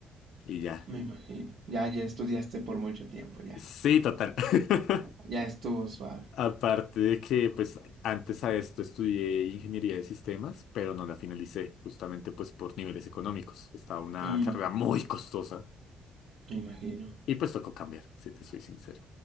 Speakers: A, on the left (about 75°); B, on the right (about 70°).
A: y ya.
B: me imagino. Ya, ya estudiaste por mucho tiempo, ya.
A: Sí, total. <laughs>
B: Ya estuvo suave.
A: Aparte de que, pues, antes a esto estudié ingeniería de sistemas, pero no la finalicé, justamente pues por niveles económicos. Estaba una
B: Mm,
A: carrera muy costosa
B: me imagino.
A: y pues tocó cambiar, si te soy sincero.